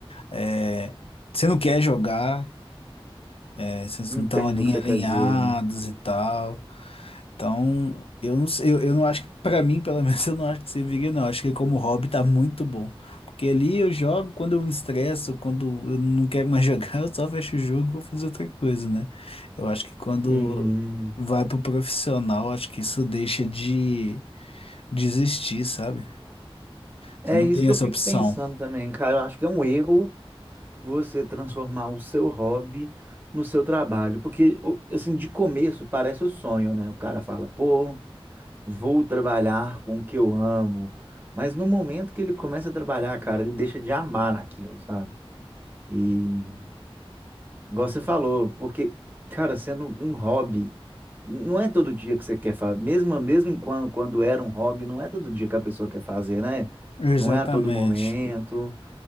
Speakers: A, on the left (about 70°); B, on the right (about 20°).
A: é, você não quer jogar. É, vocês
B: Entendo
A: não estão ali
B: o que você
A: alinhados
B: quer dizer.
A: e tal. Então, eu não sei, eu, eu não acho que, pra mim, pelo menos, <laughs> eu não acho que serviria, não. Acho que como hobby tá muito bom. Porque ali eu jogo quando eu me estresso, quando eu não quero mais <laughs> jogar, eu só fecho o jogo e vou fazer outra coisa, né? Eu acho que quando
B: Sim.
A: vai pro profissional, acho que isso deixa de desistir, sabe? Você
B: É
A: não
B: isso
A: tem
B: que
A: essa
B: eu fico
A: opção.
B: pensando também, cara. Eu acho que é um erro você transformar o seu hobby no seu trabalho. Porque, o- assim, de começo parece o sonho, né? O cara fala, pô. vou trabalhar com o que eu amo. Mas no momento que ele começa a trabalhar, cara, ele deixa de amar aquilo, sabe? E igual você falou, porque, cara, sendo um hobby, não é todo dia que você quer fazer. Mesmo, mesmo quando, quando era um hobby, não é todo dia que a pessoa quer fazer, né?
A: Exatamente.
B: Não é a todo momento.